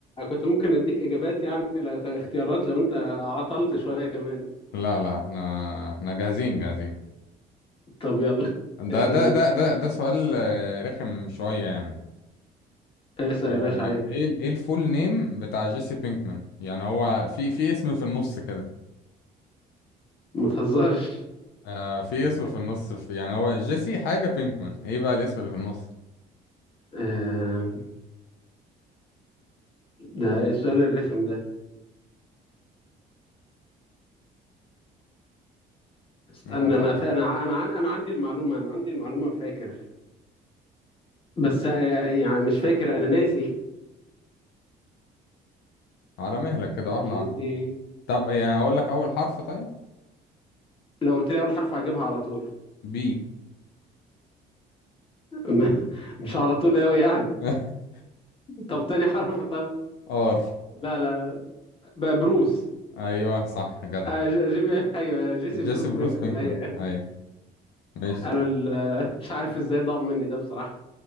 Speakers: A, on the left; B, on the left.
A: كنت ممكن اديك اجابات يعني لا- اختيارات لو انت عطلت شوية كمان
B: لا لا احنا احنا جاهزين جاهزين
A: طب يلا اسأل
B: ده ده
A: انت
B: ده ده ده سؤال آه، رخم شوية يعني
A: اسأل
B: آه،
A: يا باشا عيب
B: ايه ال- ايه الفول نيم بتاع جيسي بينكمان يعني هو في في اسم في النص كده
A: ما تهزرش
B: آه في اسم في النص في يعني هو جيسي حاجة بينكمان ايه بقى الاسم اللي في النص
A: آه، ده ايه السؤال الرخم ده استنى
B: اه فكر
A: انا فا... انا ع- انا عن... انا عندي المعلومه انا عندي المعلومه فاكر بس آه، يعني مش فاكر انا ناسي
B: على مهلك كده واحدة
A: جيسي
B: واحدة طب يعني اقول لك اول حرف طيب
A: لو قلت لي اول حرف هجيبها على طول <laughs>
B: بي
A: م- مش على طول قوي يعني
B: <laughs>
A: طب تاني حرف طب
B: ار
A: لا لا ب- بروس
B: ايوه صح جدع
A: آه، ج- جيمي <laughs> ايوه جيسي
B: جيسي
A: بروس
B: بروس
A: بينكمان
B: بينكمان
A: ايوه
B: اي ماشي
A: انا ال... <laughs> مش عارف ازاي ضاع مني ده بصراحه